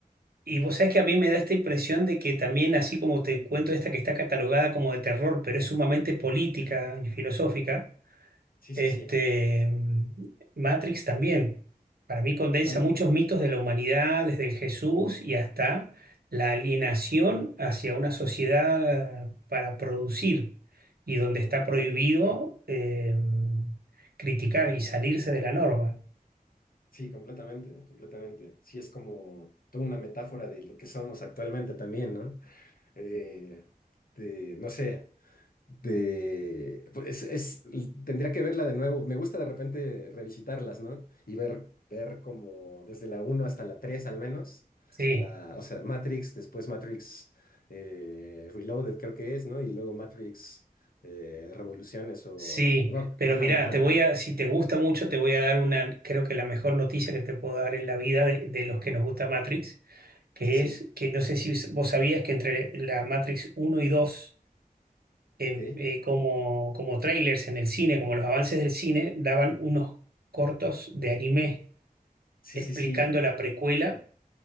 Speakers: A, on the right; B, on the left.
A: Y vos sabés que a mí me da esta impresión de que también, así como te cuento esta que está catalogada como de terror, pero es sumamente política y filosófica,
B: sí,
A: este,
B: sí, sí,
A: Matrix también, para mí condensa
B: totalmente,
A: muchos mitos de la humanidad, desde el Jesús y hasta la alienación hacia una sociedad para producir y donde está
B: completamente.
A: prohibido eh, criticar y salirse de la norma.
B: Sí, completamente, completamente. Sí, es como toda una metáfora de lo que somos actualmente también, ¿no? eh, de, no sé, de, pues es, tendría que verla de nuevo. Me gusta de repente revisitarlas, ¿no? Y ver, ver como desde la uno hasta la 3 al menos,
A: Sí.
B: la, o sea, Matrix, después Matrix eh, Reloaded creo que es, ¿no? Y luego Matrix eh, Revoluciones o...
A: Sí,
B: no,
A: pero
B: ajá,
A: mirá,
B: ajá,
A: te voy
B: ajá.
A: a, si te gusta mucho, te voy a dar una, creo que la mejor noticia que te puedo dar en la vida de, de los que nos gusta Matrix, que
B: Sí, sí,
A: es que no sé si vos sabías que entre la Matrix uno y 2 eh,
B: ok.
A: eh, como, como trailers en el cine, como los avances del cine, daban unos cortos de anime
B: Sí,
A: explicando
B: sí, sí.
A: la precuela